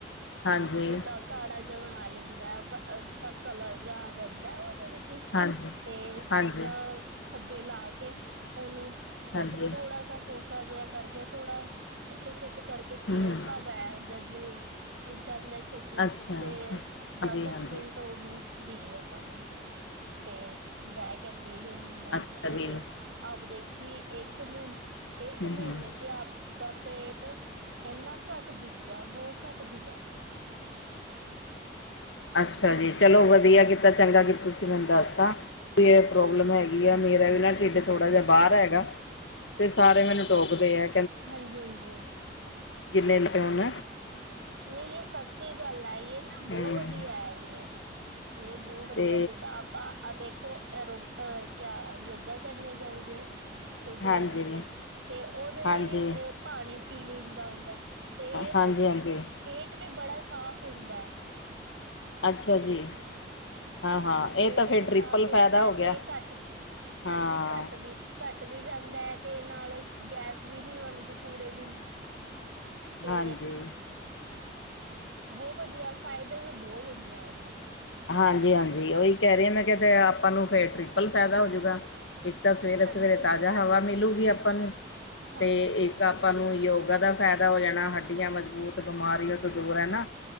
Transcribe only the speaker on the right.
ਜਿੱਦਾਂ ਕਾੜਾ ਜਿਹਾ ਬਣਾ ਲੈਂਦਾ, ਅੱਛਾ ਕਲਰ ਜਿਹਾ ਆ ਜਾਂਦਾ ਹੈ ਉਹ ਤੇ ਵਿੱਚ
ਤੇਲ
ਤਾਂ ਖੱਦੇ ਲਾ ਕੇ ਉਹਨੂੰ, ਫਿਟ
ਥੋੜਾ ਸ ਕੋਸਾ ਜਿਹਾ ਕਰਕੇ, ਥੋੜਾ ਸਿਪ-ਸਿਪ ਕਰਕੇ ਪੀਓ
ਭਾ ਬੈ ਜਦ ਉੱਠ ਜਾਂਦਾ ਛੇਤੀ,
ਤੇ
ਦਸ
ਕੁ ਮਿੰਟ ਉਹਨੂੰ ਦੀਏ ਆਪਾਂ ਨੂੰ, ਤੇ ਬਹਿ ਕੇ ਪੀ ਲੇ ਹੁੰਦਾ- ਹੁੰਦਾ
ਤੇ-
ਤੇ
ਆਪ ਦੇਖੀਏ ਇੱਕ ਮ ਇੱਕ ਮਹੀਨੇ
ਚ ਆਪ ਦਾ ਪੇਟ, ਇੰਨਾ ਘੱਟ ਜੂਗਾ, ਬੋ ਘੱਟ ਜੂਗਾ
ਹਾਂਜੀ
ਹਾਂਜੀ
ਹਾਂਜੀ
ਹਾਂਜੀ- ਹਾਂਜੀ
ਨਈ ਇਹ ਸੱਚੀ ਗੱਲ ਏ, ਜਿਹ ਨਾ ਬਹੁ
ਵਧੀਆ ਹੈ ਜਿਹ ਇਹ ਬਹੁ ਵਧੀਆ
ਜਿੱਦਾਂ ਆਪਾਂ ਆਹ ਦੇਖੋ ਰੋ ਅ ਕਿਆ ਯੋਗਾ ਕਰਨੇ ਜਾਊਗੇ। ਸੁਬੇਰ
ਨੂੰ ਤੇ ਓਦੇ
ਈ ਅ ਪਾਨੀ ਪੀ ਲੈਂਦਾ ਹੁੰਦਾ। ਤੇ
ਨਾ,
ਪੇਟ ਵੀ ਬੜਾ ਸਾਫ਼ ਹੁੰਦਾ।
ਹਾਂਜੀ ਪੇਟ
ਵੀ ਸਾਫ਼
ਹੁੰਦਾ
ਏ
ਤੇ ਕੱਟ ਹਾਂਜੀ
ਕੱਟ ਵੀ ਕੱਟ ਵੀ ਜਾਂਦਾ ਏ ਤੇ ਨਾਲ ਗੈਸ ਵੀ ਨੀ ਬਣਦੀ ਪੂਰੇ ਦਿਨ ਤੇ
ਬੋਤ ਵਧੀਆ ਫਾਇਦੇ ਵੀ ਬੋ ਹੁੰਦੇ ਆ ਏਦੇ
ਹਾਂਜੀ ਹਾਂਜੀ
ਹਾਂਜੀ
ਹਾਂਜੀ
ਬਿਲ
ਹਾਂਜੀ